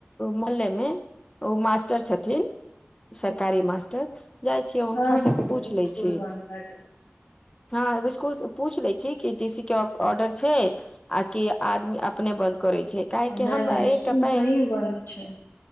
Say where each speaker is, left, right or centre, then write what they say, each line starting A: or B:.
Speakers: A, on the left (about 20°); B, on the left (about 70°).
A: मोहल्ले मे ओ मास्टर छथिन सरकारी मास्टर जाइ छियै हुनका
B: सब
A: से पूछ
B: स्कूल
A: लै छी
B: बन्द भए
A: ह स्कूल से पूछ ले छी कि डि सी के ऑर्डर छै आ कि आदमी अपने बंद करै छै
B: गेलै
A: काहे
B: नहि
A: हम
B: नहि
A: एकटा
B: स्कूल
A: पै
B: सही मे बन्द छै